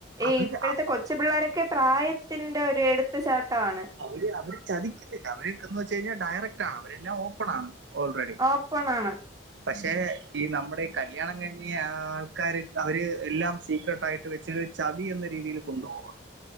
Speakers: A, on the right; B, on the right.
A: ഈ
B: അവര്
A: ഇപ്പോഴത്തെ കൊച്ചു പിള്ളേരൊക്കെ പ്രായത്തിന്റെ ഒരു എടുത്ത് ചാട്ടാണ്
B: അവര് അവര് ചതിക്കുന്നില്ല അവര് എന്ന് വെച്ച് കഴിഞ്ഞാ ഡയറക്റ്റ് ആണ് അവരെല്ലാം ഓപ്പൺ ആണ് ഓൾറെഡി
A: ഓപ്പൺ ആണ്.
B: പക്ഷെ ഈ നമ്മുടെഈ കല്യാണം കഴിഞ്ഞി ആൾക്കാര് അവര് എല്ലാം സീക്രട്ടായിട്ട് വെച്ച ചതി എന്ന രീതിയിൽ കൊണ്ടുപോവാ